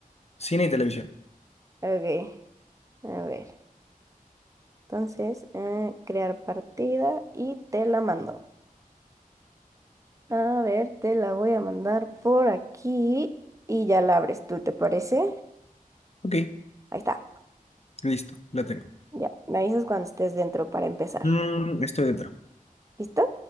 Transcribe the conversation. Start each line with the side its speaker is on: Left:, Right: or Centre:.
Left: Cine y televisión.
Right: Ok, a ver. Entonces, eh, crear partida y te la mando. A ver, te la voy a mandar por aquí y ya la abres tú, ¿te parece?
Left: Ok,
Right: Ahí está.
Left: listo, la tengo.
Right: Ya, me avisas cuando estés dentro para empezar.
Left: Mm, estoy dentro.
Right: ¿Listo?